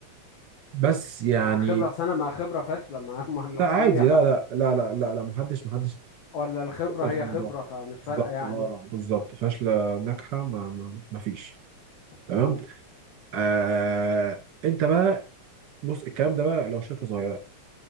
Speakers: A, on the right; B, on the left.
A: بس يعني
B: مع خبرة سنة مع خبرة فاشلة مع مع
A: لا
B: <laughs>
A: عادي
B: الدنيا خ...
A: لا لا لا لا لا لا محدش محدش
B: ولا الخبرة
A: يسأل
B: هي
A: في الموضوع
B: خبرة فمش فارقة
A: بالظبط
B: يعني
A: اه بالظبط فاشله ناجحه ما ما ما فيش تمام
B: مم.
A: آه انت بقى بص الكلام ده بقى لو شركه صغيره